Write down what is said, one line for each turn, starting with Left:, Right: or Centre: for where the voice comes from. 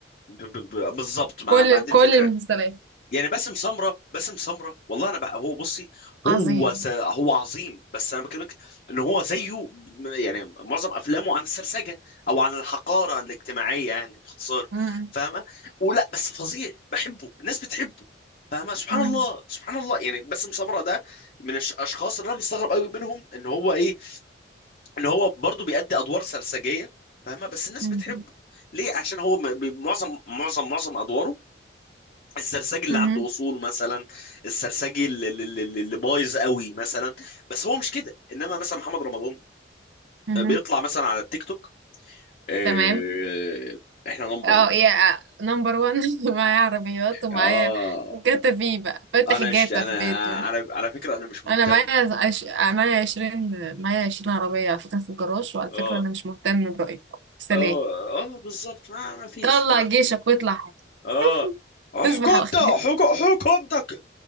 Left: ب- ب- ب- بالظبط ما,
Right: كل
Left: ما عندي الفكره
Right: كل المسلسلات
Left: يعني باسم سمره باسم سمره والله انا بقى هو بصي هو
Right: عظيم
Left: س... هو عظيم بس انا بكلمك ان هو زيه م- يعني معظم افلامه عن السرسجه او عن الحقاره الاجتماعيه يعني باختصار
Right: مم.
Left: فاهمه ولا بس فظيع بحبه الناس بتحبه فاهمه سبحان
Right: مم.
Left: الله سبحان الله يعني باسم سمره ده من الاشخاص اللي انا مستغرب قوي منهم ان هو ايه ان هو برضه بيأدي ادوار سرسجيه فاهمه بس الناس
Right: مم.
Left: بتحبه ليه عشان هو م- ب- معظم معظم معظم ادواره السرسجي اللي
Right: مم.
Left: عنده اصول مثلا السرسجي اللي, اللي, اللي اللي بايظ قوي مثلا بس هو مش كده انما مثلا محمد رمضان
Right: مم.
Left: آه، بيطلع مثلا على التيك توك آه،
Right: تمام
Left: احنا نمبر
Right: اه
Left: 1
Right: يا نمبر وان <laughs> معايا عربيات ومعايا
Left: اه
Right: جاتا في بقى فاتح
Left: انا
Right: جاتا
Left: ش... انا
Right: في بيته
Left: على على فكره انا مش مهتم
Right: انا معايا عش... معايا عشرين معايا عشرين عربية على فكرة في الجراج وعلى
Left: اه
Right: فكرة انا مش مهتم برأيكم سلام
Left: اه اه بالظبط ما ما فيش
Right: طلع جيشك واطلع حاجة
Left: اه
Right: <laughs>
Left: حكومتك
Right: تصبح على خير
Left: حكو- حكومتك